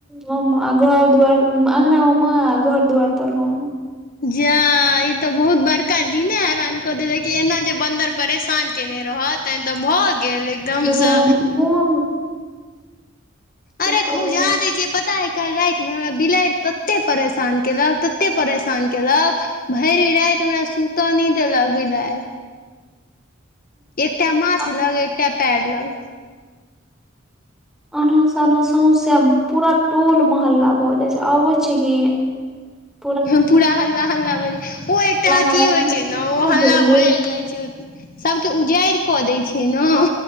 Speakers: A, in the centre; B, on the left.
A: <inaudible> हम अ घर दुआर में अंगना मे मां घर-दुआर पर हम।
B: जा ई तै बहुत बड़का जीनय हेरान क देलक यै एना जे बन्दर परेशान केने रहत तहेन तऽ भऽ गेल एकदम
A: मोन
B: से
A: की
B: अरे
A: कहू
B: खोझाह
A: आब
B: दै छियै पता तै काएल राएत मे हमरा बिलैड़ तत्ते परेशान कैलक तत्ते परेशान केलक भैर राएत हमरा सुता नै देलक बिलाय। एकटा माथ
A: हँ
B: लग, एकटा पैर लग।
A: अनाह सनाह सोसे पूरा टोल मोहल्ला भऽ जाय छै आबय छै की कोनो आवाज नय
B: हां पूरा हल्ला-हल्ला भऽ जाए ओ एकटा
A: होइ
B: अथी होय छै नै ओ हल्ला
A: छै ने
B: भ ऐ जाए छै। सबके उजैर कऽ दै छै नै।